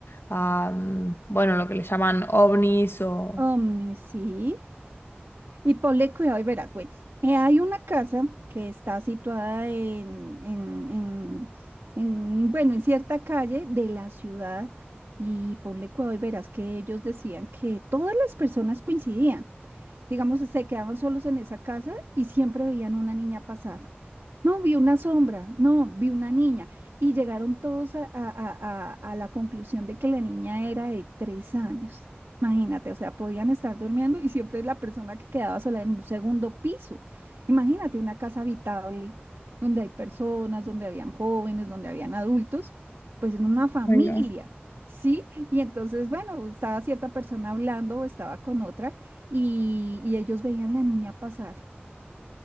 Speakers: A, on the left; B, on the right.
A: am, bueno, lo que le llaman ovnis o...
B: Omni, sí. Y ponle cuidado y verás. Bueno, eh, hay una casa que está situada en, en, en, en, bueno, en cierta calle de la ciudad. Y ponle cuidado y verás que ellos decían que todas las personas coincidían digamos, se quedaban solos en esa casa y siempre veían una niña pasar. No, vi una sombra, no, vi una niña. Y llegaron todos a, a- a- a- a la conclusión de que la niña era de tres años. Imagínate, o sea, podían estar durmiendo y siempre la persona que quedaba sola en un segundo piso. Imagínate una casa habitable donde hay personas, donde habían jóvenes, donde habían adultos, pues en una familia,
A: Ay, no.
B: ¿sí? Y entonces, bueno, estaba cierta persona hablando o estaba con otra y, y ellos veían la niña pasar.